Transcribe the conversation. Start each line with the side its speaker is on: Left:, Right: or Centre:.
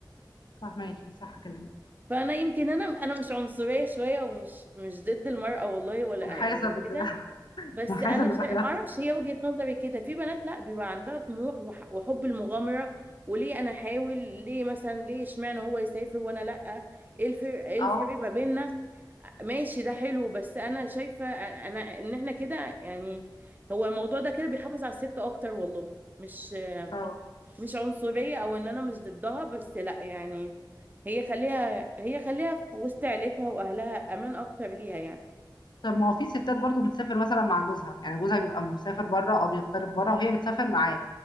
Left: فاهماكي صح كلامك
Right: فانا يمكن انا انا مش عنصرية شوية ومش مش ضد المرأة والله ولا
Left: منحازة
Right: ولا
Left: ضد
Right: كده
Left: <laughs>
Right: بس
Left: منحازة
Right: انا
Left: للراجل
Right: شا... ما
Left: أكتر.
Right: اعرفش هي وجهة نظري كده في بنات لا بيبقى عندها طموح وح... وحب المغامرة وليه انا احاول ليه مثلا ليه اشمعنى هو يسافر وانا لا ايه الفرق ايه الفرق
Left: اه
Right: ما بيننا ماشي ده حلو بس انا شايفة انا ان احنا كده يعني هو الموضوع ده كده بيحافظ على الست اكتر والله مش
Left: اه
Right: مش عنصرية او ان انا مش ضدها بس لا يعني هي خليها هي خليها في وسط عيلتها واهلها امان اكتر ليها يعني
Left: طب ما هو في ستات برضو بتسافر مثلا مع جوزها يعني جوزها بيبقى مسافر بره او بيغترب بره وهي بتسافر معاه